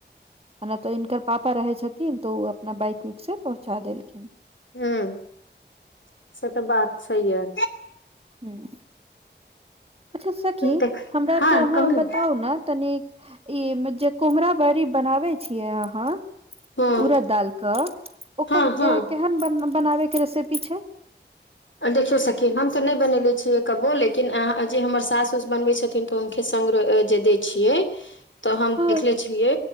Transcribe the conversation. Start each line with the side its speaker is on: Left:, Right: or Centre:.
Right: न तऽ इनकर पापा रहै छथिन तऽ ओ अपना बाइक उइक से पहुँचा देलखिन
Left: हू <inaudible> से तऽ बात छै यऽ
Right: <unintelligible> की
Left: देख
Right: हमरा आर
Left: हँ
Right: केँ अहाँ
Left: कहू
Right: बताउ
Left: ने
Right: न तनिक ई जे कुम्हरा बरी बनाबै छि यै अहाँ
Left: हँ
Right: उड़द दाल कऽ ओकर
Left: हँ हँ
Right: केहन बन बनाबे केँ रेसेपी छै
Left: देखियौ सखी हम तऽ नै बनने छियै कबो लेकिन जे हमर सास उस बनबै छथिन उनखै संग र जे दै छियै
Right: <unintelligible>
Left: तऽ हम
Right: हँ
Left: देखले छियै